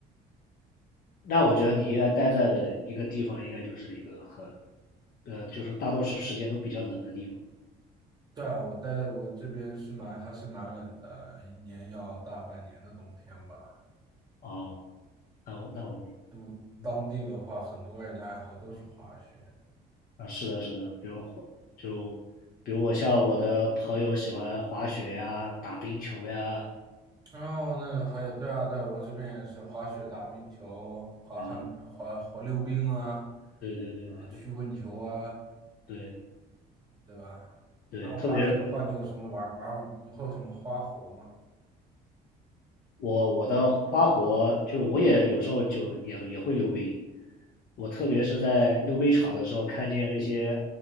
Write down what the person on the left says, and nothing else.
那我觉得你应该待在的一个地方，应该就是一个很，呃，就是大多数时间都比较冷的地方
啊、哦那我那我明，
嗯
啊，是的，是的，比如滑就比如我像我的朋友喜欢滑雪呀、打冰球呀，
嗯，
对对对对对
对
对，
特别
我我的花活就我也有时候就也也会溜冰，我特别是在溜冰场的时候，看见那些